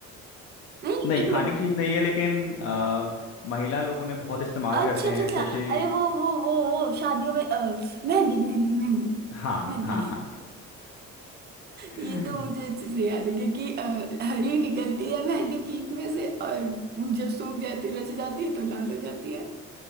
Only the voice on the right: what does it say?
नहीं
एक
मिनट
अच्छा
अच्छा
अच्छा
अरे वो वो वो वो शादियों में अ, मेहंदी मेहंदी मेहंदी
मेहंदी
ये तो मुझे अच्छे से याद है क्योंकि अ, हरी निकलती है मेहंदी कीक में से और जब सूख जाती है रच जाती है तो लाल हो जाती है